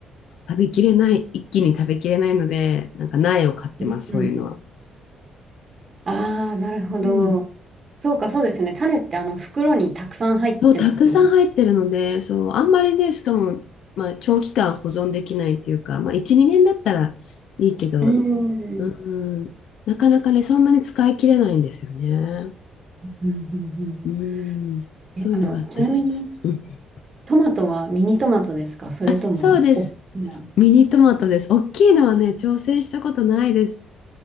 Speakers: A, on the left (about 75°); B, on the right (about 35°).
A: 食べきれない、一気に食べきれないので、なんか苗を買ってます、
B: <laughs>
A: そういうのは。
B: うんうん。ああ、なるほど。
A: うん。
B: そうか、そうですよね。種ってあの袋にたくさん入ってますもん。
A: そう、たくさん入ってるので、そう、あんまりね、しかも、まあ、長期間保存できないっていうか、まあ、1、2年だったらいいけど、
B: うん。うん
A: うん、なかなかね、そんなに使い切れないんですよね。
B: うんうん。
A: うん、そういうのがあったりして。
B: え、あの、ちなみに、
A: うん、
B: トマトはミニトマトですかそれとも、
A: あ、そうです。
B: あおっきな、
A: ミニトマトです。大きいのはね、挑戦したことないです。